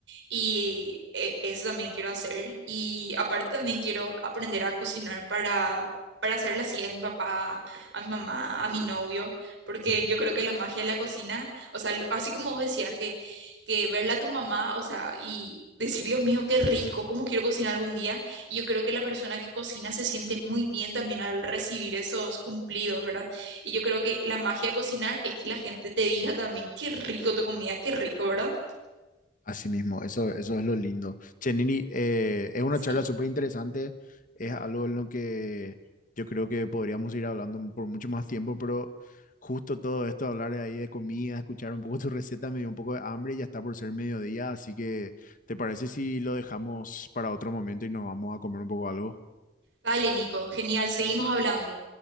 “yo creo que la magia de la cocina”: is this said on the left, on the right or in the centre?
Right